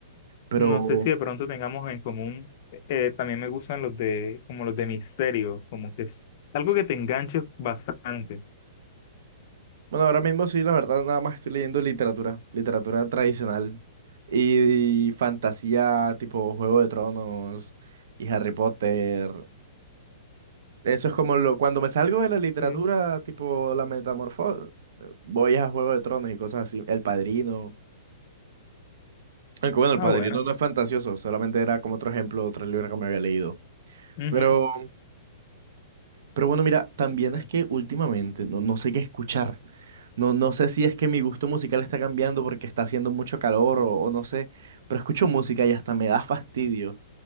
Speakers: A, on the right; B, on the left.
A: pero...
B: No sé si de pronto tengamos en común, eh, también me gustan los de, como los de misterio, como que es algo que te enganche bastante.
A: Bueno, ahora mismo sí, la verdad, nada más estoy leyendo literatura, literatura tradicional y, fantasía tipo Juego de Tronos y Harry Potter. Eso es como lo, cuando
B: Ah,
A: me salgo
B: bueno.
A: de la literatura,
B: Sí.
A: tipo la metamorfosis, voy a Juego de Tronos y cosas así, El Padrino. Aunque bueno, El
B: Ah,
A: Padrino
B: bueno.
A: no es fantasioso, solamente era como otro ejemplo, otro libro que me había leído.
B: Ujú,
A: Pero Pero bueno, mira, también
B: chévere.
A: es que últimamente no, no sé qué escuchar. No, no sé si es que mi gusto musical está cambiando porque está haciendo mucho calor o, o no sé, pero escucho música y hasta me da fastidio.